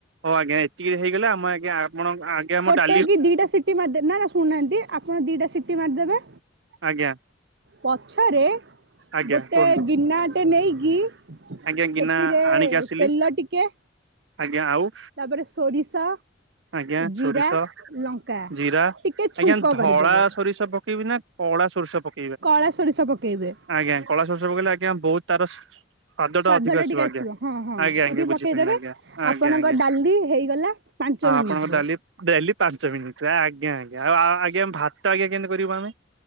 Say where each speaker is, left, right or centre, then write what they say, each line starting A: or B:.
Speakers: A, on the right (about 80°); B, on the right (about 65°).
A: ହଉ ଆଜ୍ଞା ଏତିକି ହେଇଗଲେ ଆମ ଆଜ୍ଞା ଆପଣ ଆଜ୍ଞା ଆମ ଡା
B: ଟାଏ କି ଦିଟା ସିଟି ମାରିଦବେ, ନା-ନା ଶୁନାହାନ୍ତି ଆପଣ ଦିଟା ସିଟି ମାରିଦେବେ
A: ଆଜ୍ଞା।
B: ପଛରେ
A: ଆଜ୍ଞା
B: ଗୋଟେ
A: କୁହନ୍ତୁ
B: ଗିନାଟେ ନେଇକି
A: ଆଜ୍ଞା ଗିନା
B: ସେଥିରେ
A: ଆଣିକି ଆସିଲି
B: ତେଲ ଟିକେ
A: ଆଜ୍ଞା ଆଉ?
B: ତାପରେ ସୋରିଷ
A: ଆଜ୍ଞା
B: ଜିରା
A: ସୋରିଷ
B: ଲଙ୍କା
A: ଜିରା
B: ଟିକେ ଛୁଙ୍କ
A: ଆଜ୍ଞା ଧଳା
B: କରିଦେବେ
A: ସୋରିଷ ପକେଇବି ନା କଳା ସୋରିଷ ପ
B: କଳା ସୋରିଷ ପକେଇବେ।
A: ଆଜ୍ଞା କଳା ସୋରିଷ ପକେଇଲେ ଆଜ୍ଞା ବହୁତ ତାର ସ ସ୍ଵାଦଟା
B: ସ୍ଵାଦ
A: ଅଧିକ
B: ଟା
A: ଆସିବ
B: ଟିକେ
A: ଆଜ୍ଞା
B: ହଁ ହଁ
A: ଆଜ୍ଞା
B: ସେତିକି
A: ଆଜ୍ଞା ବୁଝିପାରିଲି
B: ପକେଇଦେବେ
A: ଆଜ୍ଞା ଆଜ୍ଞା
B: ଆପଣଙ୍କ
A: ଆଜ୍ଞା।
B: ଡାଲି ହେଇଗଲା ପାଞ୍ଚ
A: ହଁ
B: ମିନିଟ
A: ଆପଣଙ୍କ
B: ରେ
A: ଡ଼ାଲି ଡ଼ାଲି ପାଞ୍ଚ ମିନିଟରେ ଆଜ୍ଞା ଆଜ୍ଞା। ଆଉ ଆଜ୍ଞା ଭାତ ଆଜ୍ଞା କେମିତିି କରିବୁ ଆମେ?